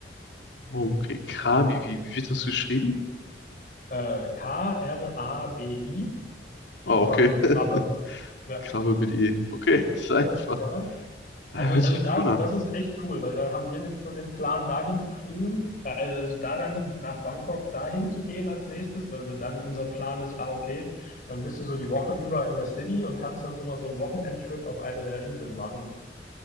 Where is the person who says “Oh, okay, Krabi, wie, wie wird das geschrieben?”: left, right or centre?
Left